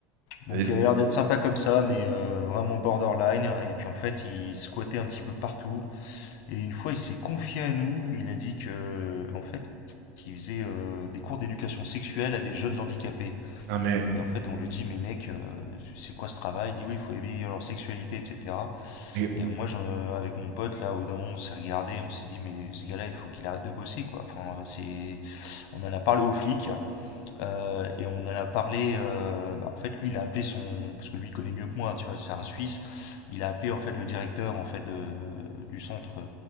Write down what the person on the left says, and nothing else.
Donc,
il avait l'air d'être sympa comme ça, mais euh, vraiment borderline. Et puis en fait, il squattait un petit peu partout. Et une fois, il s'est confié à nous. Il a dit que, euh, en fait, qu'il faisait euh, des cours d'éducation sexuelle à des jeunes handicapés.
Et en fait, on lui dit, mais mec, euh, c'est quoi ce travail Il dit, oui, il faut éveiller leur sexualité, etc.
Et euh, moi, j'en- euh, avec mon pote, là, au d'un moment, on s'est regardé, on s'est dit, mais ce gars-là, il faut qu'il arrête de bosser, quoi. Enfin, euh, c'est... On en a parlé aux flics, euh, et on en a parlé. euh, bah, en fait, lui, il a appelé son, parce que lui il connaît mieux que moi, tu vois, c'est un Suisse. Il a appelé en fait le directeur en fait de- du centre, euh,